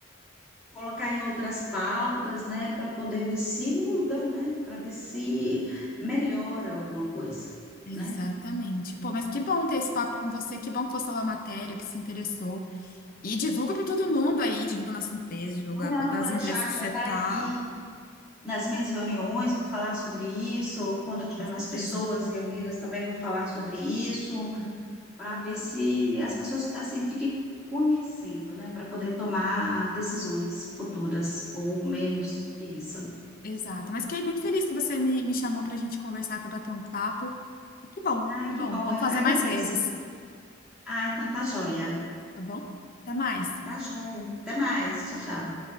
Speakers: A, in the centre; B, on the left.
A: colocar em outras pautas, né, para poder ver se muda, né, para ver se melhora alguma coisa,
B: Exatamente.
A: né?
B: Pô, mas que bom ter esse papo com você, que bom que você leu a matéria, que se interessou. E divulga para todo mundo aí, divulga nossa empresa, divulga
A: Não, não,
B: das
A: pode
B: empresas
A: deixar,
B: que
A: já
B: você
A: está
B: tá.
A: aqui. Nas minhas reuniões vou falar sobre isso, quando eu tiver
B: Com certeza.
A: mais pessoas reunidas também vou falar sobre isso,
B: Hum,
A: para ver se as pessoas assim fiquem conhecendo, né, para poder tomar decisões futuras ou menos que isso.
B: Exato. Mas fiquei muito feliz que você me, me chamou para a gente conversar, para bater um papo. Que bom,
A: Ai,
B: que
A: que
B: bom.
A: bom,
B: Vamos
A: eu
B: fazer
A: que agradeço.
B: mais vezes,
A: Ah, então tá joia.
B: tá bom? Até mais.
A: Tá joia. Até mais. Tchau, tchau.